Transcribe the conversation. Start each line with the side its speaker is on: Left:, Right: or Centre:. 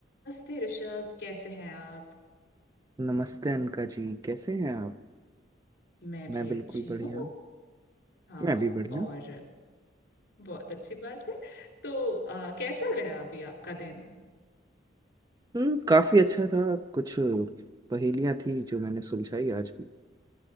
Left: नमस्ते ऋषभ कैसे हैं आप
Right: नमस्ते अनका जी कैसे हैं आप
Left: मैं भी
Right: मैं बिल्कुल
Left: अच्छी
Right: बढ़िया
Left: हूँ हाँ
Right: मैं भी बढ़िया
Left: और बहुत अच्छी बात है तो आ, कैसा गया अभी आपका दिन
Right: हम्म काफी अच्छा था कुछ पहेलियां थी जो मैंने सुलझाई आज भी